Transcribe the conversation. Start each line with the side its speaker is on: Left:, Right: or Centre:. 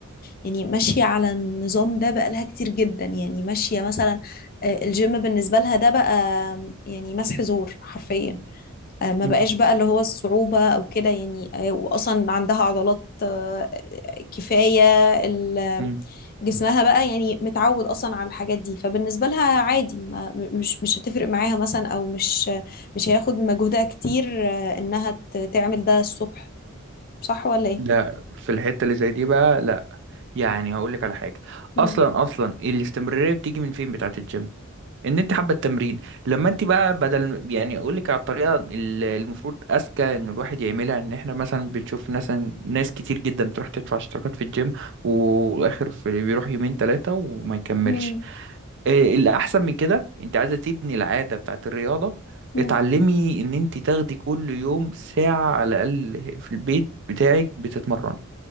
Left: يعني ماشيه على النظام ده بقالها كتير جدا يعني ماشيه مثلا آه، الجيم بالنسبه لها ده بقى يعني مسح زور حرفيا آه، ما
Right: مم.
Left: بقاش بقى اللي هو الصعوبة أو كده يعني آه، وأصلا عندها عضلات آه، كفاية ال-
Right: مم.
Left: جسمها بقى يعني متعود أصلا على الحاجات دي فبالنسبة لها عادي ما مش مش هتفرق معاها مثلا أو مش مش هياخد مجهودها كتير آه، إنها ت- تعمل ده الصبح صح ولا ايه
Right: لا في الحتة اللي زي دي بقى لا يعني هقول لك على حاجه
Left: مم.
Right: اصلا اصلا الاستمراريه بتيجي من فين بتاعه الجيم ان انت حابه التمرين لما انت بقى بدل يعني اقول لك على الطريقه ال- المفروض اذكى ان الواحد يعملها ان احنا مثلا بنشوف ناس ناس كتير جدا بتروح تدفع اشتراكات في الجيم واخر في بيروح يومين ثلاثه وما يكملش
Left: مم.
Right: إيه الاحسن من كده انت عايزه تبني العاده بتاعه الرياضه
Left: مم.
Right: اتعلمي ان انت تاخدي كل يوم ساعه على الاقل في البيت بتاعك بتتمرن